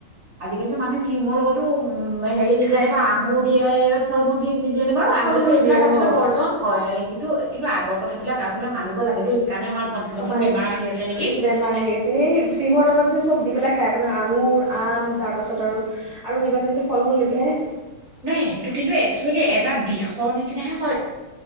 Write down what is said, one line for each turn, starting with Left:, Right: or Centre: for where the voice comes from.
Right: আজিকালিটো মানুহে ক্ৰীমৰ লগতো উম হেৰি নিদিয়েনে
Centre: খায়
Right: বা আঙুৰ দিয়াই। ফল মূল দি। নিদিয়ে নে বাৰু
Centre: ফল
Right: আগতে
Centre: মূল
Right: এইবিলাক
Centre: দিয়ে
Right: একেবাৰে
Centre: অঁ
Right: বৰ্জন কৰে। সেইটো কিন্তু আগৰ কথা বিলাক আচলতে মানিব লাগে দেই। সেইকাৰণে আমাৰ
Centre: অ
Right: নতুন
Centre: মালিম,
Right: বেমাৰ আহি আছে নেকি
Centre: বেমাৰ আহি আছে, সেই ক্ৰীমৰ লগত যে চব দি পেলাই খাই আপোনাৰ আঙুৰ, আম তাৰপাছত আৰু আৰু কিবাকিবি যে ফল মূল দি পেলাইহে।
Right: নাই, সেইটো কিন্তু একচুৱেলি এটা বিষৰ নিচিনাহে হয়।